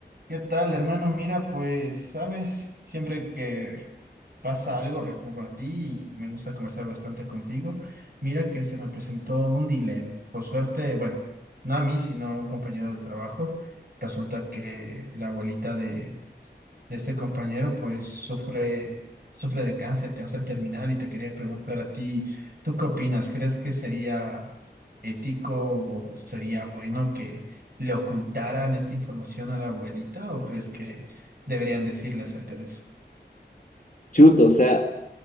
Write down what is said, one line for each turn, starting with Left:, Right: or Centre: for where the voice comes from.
Right: ¿Qué tal, hermano? Mira, pues, sabes, siempre que pasa algo recurro a ti y me gusta conversar bastante contigo. Mira que se me presentó un dilema. Por suerte, bueno, no a mí, sino a un compañero de trabajo. Resulta que la abuelita de de este compañero, pues sufre, sufre de cáncer, cáncer terminal, y te quería preguntar a ti, ¿tú qué opinas? ¿Crees que sería ético o sería bueno que le ocultaran esta información a la abuelita o crees que deberían decirle acerca de eso?
Left: Chuto, o sea,